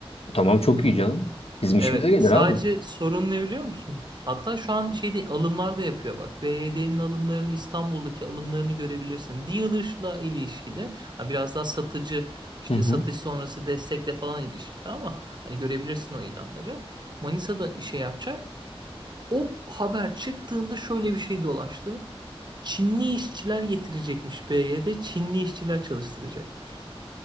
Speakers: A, on the left; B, on the right.
A: Tamam çok iyi canım. Bizim
B: Evet,
A: işimize gelir
B: sadece
A: abi.
B: sorun ne biliyor musun? Hatta şu an şeyde alımlar da yapıyor bak. BYD'nin alımlarını İstanbul'daki alımlarını görebilirsin. Dealer'la ilişkili. Ha, biraz daha satıcı işte
A: Hı hı.
B: satış sonrası destekle falan ilişkili ama hani görebilirsin o ilanları. Manisa'da işe yapacak. O haber çıktığında şöyle bir şey dolaştı. Çinli işçiler getirecekmiş BYD. Çinli işçiler çalıştıracakmış